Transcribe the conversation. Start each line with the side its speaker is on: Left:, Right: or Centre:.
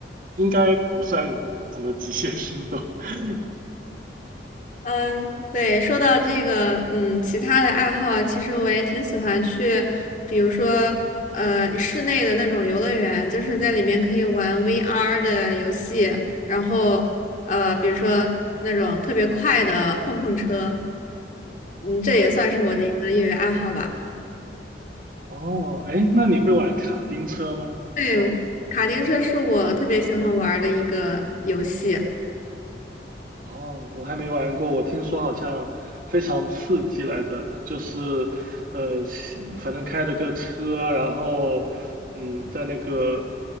Right: 应该不算什么极限运动。<laughs>
Left: 嗯，对，说到这个，嗯，其他的爱好，其实我也挺喜欢去，比如说，呃，室内的那种游乐园，就是在里面可以玩 VR 的游戏，然后，呃，比如说那种特别快的碰碰车，嗯，这也算是我的一个业余爱好吧。
Right: 哦，哎，那你会玩卡丁车吗？
Left: 对，
Right: 像
Left: 卡丁车是我特别喜欢玩儿的一个游戏。
Right: 哦，我还没玩过，我听说好像非常刺激来着，就是呃，西反正开着个车啊，然后嗯，在那个